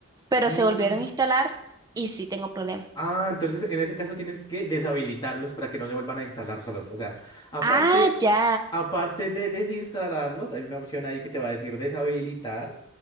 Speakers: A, on the right; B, on the left.
A: pero
B: Mm,
A: se volvieron a instalar y sí tengo problemas.
B: Ah, entonces en ese caso tienes que deshabilitarlos para que no se vuelvan a instalar solos. O sea, aparte,
A: Ah, ya.
B: aparte de desinstalarlos, hay una opción ahí que te va a decir deshabilitar